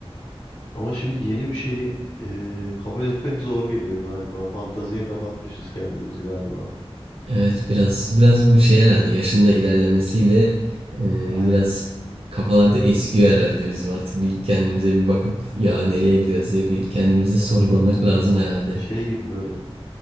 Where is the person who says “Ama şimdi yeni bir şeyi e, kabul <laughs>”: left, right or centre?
Left